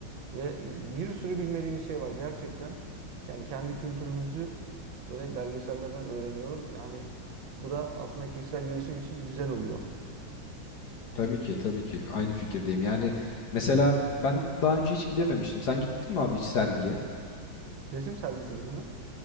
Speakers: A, on the right; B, on the left.
A: Ve bir sürü bilmediğimiz şey var gerçekten. Yani kendi kültürümüzü böyle belgesellerden öğreniyoruz. Yani bu da aslında kişisel gelişim için güzel oluyor.
B: Tabii ki tabii ki aynı fikirdeyim. Yani mesela ben daha önce hiç gidememiştim. Sen gittin mi abi hiç sergiye?
A: Resim sergisi gibi mi?